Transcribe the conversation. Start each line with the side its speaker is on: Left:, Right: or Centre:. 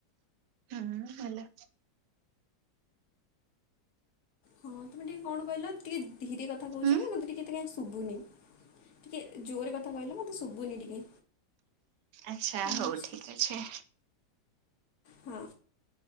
Right: ହୁଁ ଭଲ।
Left: ହଁ ତୁମେ ଟିକେ କଣ କହିଲ ଟିକେ ଧୀରେ କଥା କହୁଛ
Right: ହୁଁ
Left: କି, ମୋତେ ଟିକେ ଏତେ କହିଁ ଶୁଭୁନି। ଟିକେ ଜୋରରେ କଥା କହିଲ, ମତେ ଶୁଭୁନି ଟିକେ।
Right: ଆଛା,
Left: ଆଚ୍ଛା
Right: ହଉ ଠିକ୍ ଅଛି।
Left: ହଁ।